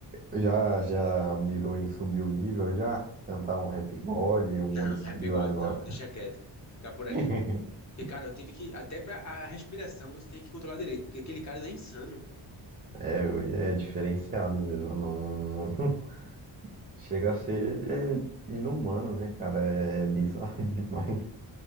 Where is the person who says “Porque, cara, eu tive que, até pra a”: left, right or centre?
Left